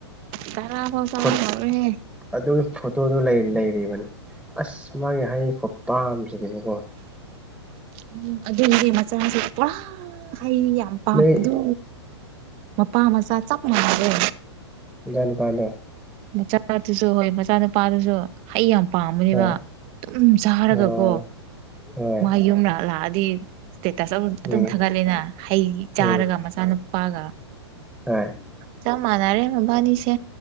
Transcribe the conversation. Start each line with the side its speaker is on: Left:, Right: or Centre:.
Right: ꯇꯔꯥ ꯐꯥꯎ ꯆꯥꯔꯝꯃꯔꯣꯏꯍꯦ
Centre: ꯐꯨꯠ ꯑꯗꯨꯒꯤ ꯐꯣꯇꯣꯗꯣ ꯂꯩ ꯂꯩꯔꯤꯕꯅꯤ ꯑꯁ ꯃꯥꯒꯤ ꯍꯩ ꯈꯨ ꯄꯥꯝꯁꯤꯗꯤꯕꯀꯣ
Right: ꯎꯝ ꯑꯗꯨꯒꯤ ꯃꯆꯥꯁꯨ ꯄꯨꯔꯥ ꯍꯩ ꯌꯥꯝ ꯄꯥꯝꯕꯗꯣ
Centre: ꯅꯣꯏ
Right: ꯃꯄꯥ ꯃꯆꯥ ꯆꯞ ꯃꯥꯟꯅꯔꯦ
Centre: ꯃꯆꯥꯅꯨꯄꯥꯗꯣ
Right: ꯃꯆꯥꯗꯨꯁꯨ ꯍꯣꯏ ꯃꯆꯥ ꯅꯨꯄꯥꯗꯨꯁꯨ ꯍꯩ ꯌꯥꯝ ꯄꯥꯝꯕꯅꯦꯕ
Centre: ꯍꯣꯏ
Right: ꯑꯗꯨꯨꯝ ꯆꯥꯔꯒꯀꯣ
Centre: ꯑꯣ ꯍꯣꯏ
Right: ꯃꯥ ꯌꯨꯝꯗ ꯂꯥꯛꯑꯗꯤ ꯁ꯭ꯇꯦꯇꯁ ꯑꯗꯨꯝ
Centre: ꯎꯝ
Right: ꯊꯥꯒꯠꯂꯦꯅ ꯍꯩ ꯆꯥꯔꯒ
Centre: ꯎꯝ
Right: ꯃꯆꯥꯅꯨꯄꯥꯒ
Centre: ꯍꯣꯏ
Right: ꯆꯥꯞꯃꯥꯅꯔꯦ ꯃꯕꯥꯅꯤꯁꯦ